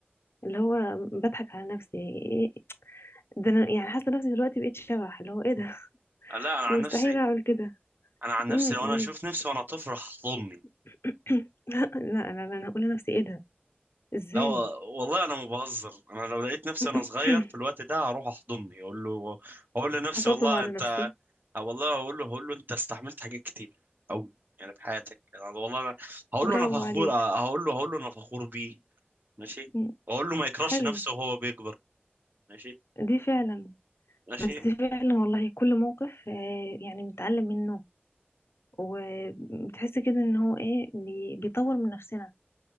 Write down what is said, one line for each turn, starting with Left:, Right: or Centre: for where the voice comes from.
Left: اللي هو بضحك على نفسي إيه- ده انا يعني حاسه نفسي دلوقتي بقيت شبح اللي هو ايه ده <laughs>
Right: لا انا عن
Left: انا مستحيل
Right: نفسي
Left: اعمل كده
Right: انا عن نفسي
Left: م-
Right: لو انا اشوف
Left: م.
Right: نفسي وانا طفل هحضني
Left: <coughs> لا لا لا انا هقول لنفسي ايه ده ازاي
Right: لا والله انا ما بهزر انا لو لقيت نفسي وانا صغير
Left: <coughs>
Right: في الوقت ده هروح احضني اقول له اقول لنفسي
Left: هطبطب
Right: والله
Left: على
Right: انت
Left: نفسي
Right: أو والله اقول له هقول له انت استحملت حاجات كتير قوي يعني في حياتك يعني والله أنا هقول
Left: برافو
Right: له انا فخور
Left: عليك
Right: آه، هقول له هقول له انا فخور بيه ماشي
Left: م.
Right: واقول له ما يكرهش
Left: حلو
Right: نفسه وهو بيكبر ماشي
Left: دي فعلا
Right: ماشي
Left: بس فعلا والله كل موقف آه، يعني بنتعلم منه وبتحس كده ان هو ايه بي- بيطور من نفسنا